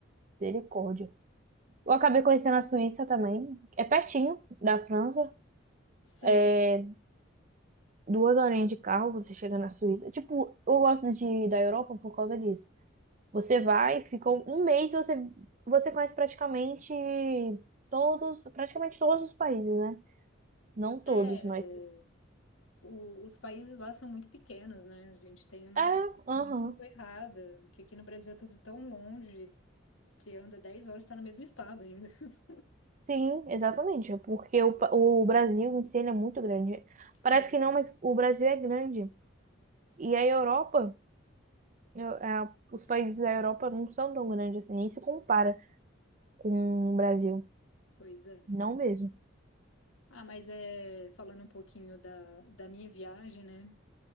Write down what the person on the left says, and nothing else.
Sim.
É,
o- os países lá são muito pequenos, né? A gente tem uma
impressão
muito errada, que aqui no Brasil é tudo tão longe, se anda 10 horas, está no mesmo estado ainda. <laughs>
Sim,
pois é.
Ah, mas é, falando um pouquinho da, da minha viagem, né?